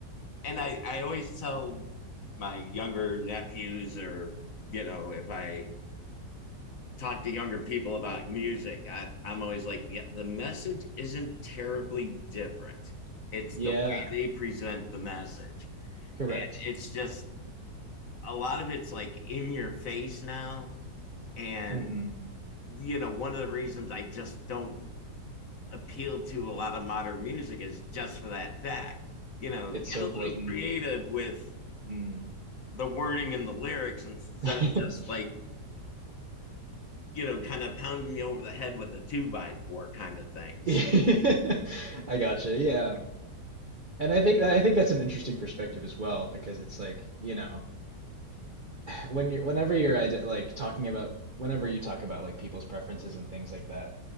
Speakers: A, on the left; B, on the right.
A: and I, I always tell my younger nephews or you know if i talk to younger people about music I, i'm always like yeah the message isn't terribly different it's
B: yeah,
A: the way they present the message
B: correct.
A: and it's just a lot of it's like in your face now and
B: hmm
A: you know one of the reasons i just don't appeal to a lot of modern music is just for that fact you know
B: It's
A: get
B: so
A: a
B: blatant.
A: little creative with
B: Mm.
A: the wording and the lyrics instead
B: <laughs>
A: of just like, you know, kind of pounding me over the head with the two by four kind of things.
B: <laughs> I gotcha. Yeah. And I think that I think that's an interesting perspective as well because it's like, you know, when you're whenever you're ide- like talking about whenever you talk about like people's preferences and things like that